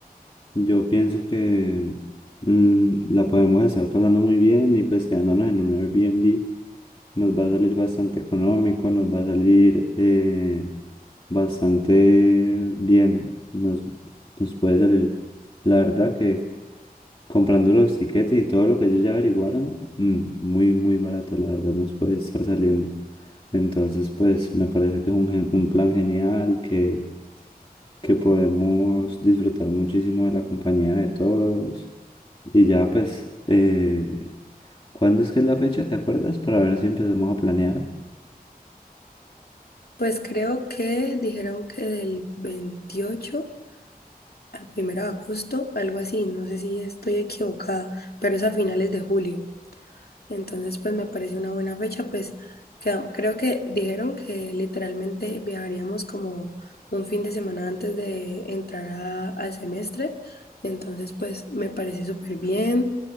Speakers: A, on the left; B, on the left.
A: yo pienso que mm, la podemos estar pasando muy bien y pues quedándonos en un Airbnb nos va a salir bastante económico, nos va a salir eh, bastante bien, nos, nos puede salir, la verdad que comprando los tiquetes y todo lo que ellos ya averiguaron, mm, muy, muy barato, la verdad, nos puede estar saliendo. Entonces, pues me parece que es un, gen- un plan genial, que, que podemos disfrutar muchísimo de la compañía de todos. Y ya, pues, eh, ¿cuándo es que es la fecha? ¿Te acuerdas? Para ver si empezamos a planear.
B: Pues creo que dijeron que del 28 al primero de agosto, algo así, no sé si estoy equivocada, pero es a finales de julio. Entonces, pues me parece una buena fecha, pues queda- creo que dijeron que literalmente viajaríamos como un fin de semana antes de entrar a- al semestre. Entonces, pues me parece súper bien,